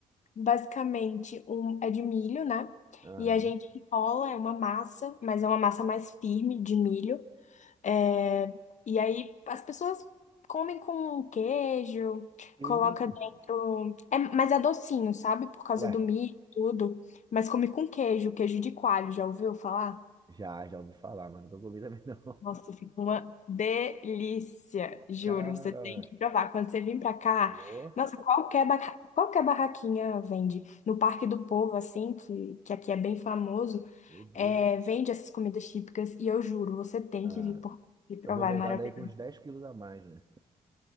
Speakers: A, on the left (about 45°); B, on the right (about 25°).
A: basicamente um é de milho, né?
B: Aham.
A: E a gente enrola, é uma massa, mas é uma massa mais firme de milho. É, e aí as pessoas comem com queijo,
B: Que
A: coloca
B: isso?
A: dentro, é, mas é docinho, sabe? Por causa
B: Ué,
A: do milho, e tudo. Mas come com queijo, queijo de coalho, já ouviu falar?
B: já, já ouvi falar, mas nunca comi também não.
A: Nossa, fica uma delícia, juro.
B: <laughs> Cara,
A: Você tem que provar. Quando você vir pra cá,
B: boa,
A: nossa, qualquer, barra- qualquer barraquinha vende. No Parque do Povo, assim, que, que aqui é bem famoso,
B: meu Deus.
A: é, vende essas comidas típicas. E eu juro, você tem
B: Ah,
A: que vir por- e provar,
B: eu vou voltar
A: é maravilhoso.
B: daí com uns 10 quilos a mais, né?